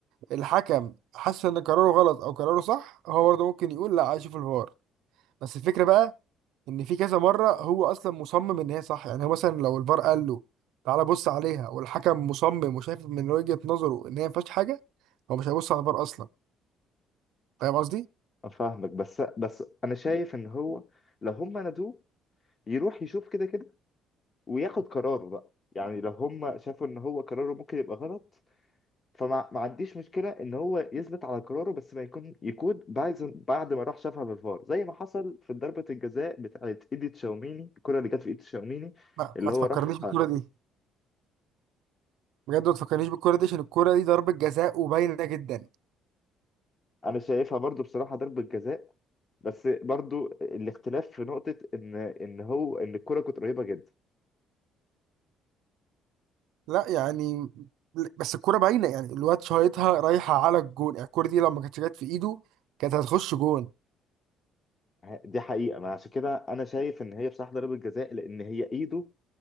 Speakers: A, on the right; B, on the left.
A: الحكم حس إن قراره غلط أو قراره صح هو برضه ممكن يقول لا عايز أشوف الفار بس الفكرة بقى إن في كذا مرة هو أصلا مصمم إن هي صح يعني هو مثلا لو الفار قال له تعالى بص عليها والحكم مصمم وشايف من وجهة نظره إن هي ما فيهاش حاجة هو مش هيبص على الفار أصلا فاهم قصدي؟
B: أفهمك بس بس أنا شايف إن هو لو هم نادوه يروح يشوف كده كده وياخد قراره بقى يعني لو هم شافوا إن هو قراره ممكن يبقى غلط فما ما عنديش مشكلة إن هو يثبت على قراره بس ما يكون يكون بعد بعد ما راح شافها بالفار زي ما حصل في ضربة الجزاء بتاعت إيدي تشاوميني الكرة اللي جت في إيدي تشاوميني
A: ما,
B: اللي
A: ما تفكرنيش
B: هو راح
A: الكورة دي بجد ما تفكرنيش بالكرة دي عشان الكرة دي ضربة جزاء وباينة جدا
B: أنا شايفها برضو بصراحة ضربة جزاء بس برضو الاختلاف في نقطة إن إن هو إن الكرة كانت قريبة جدا
A: لا يعني بس الكرة باينة يعني الواد شايطها رايحة على الجون يعني الكرة دي لو ما كانتش جت في ايده كانت هتخش جون
B: دي حقيقة ما عشان كده أنا شايف إن هي بصراحة ضربة جزاء لأن هي إيده